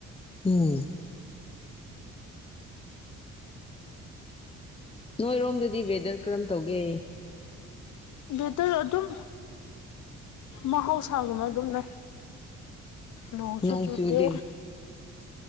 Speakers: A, on the left; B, on the left.
A: ꯎꯝ ꯅꯣꯏꯔꯣꯝꯗꯗꯤ ꯋꯦꯗꯔ ꯀꯔꯝ ꯇꯧꯒꯦ
B: ꯕꯦꯇꯔ ꯑꯗꯨꯝ ꯃꯍꯧꯁꯥꯒꯨꯝꯕ ꯑꯗꯨꯝ ꯂꯩ ꯅꯧ ꯁꯣ
A: ꯅꯣꯡ
B: ꯆꯣꯗ
A: ꯆꯨꯗꯦ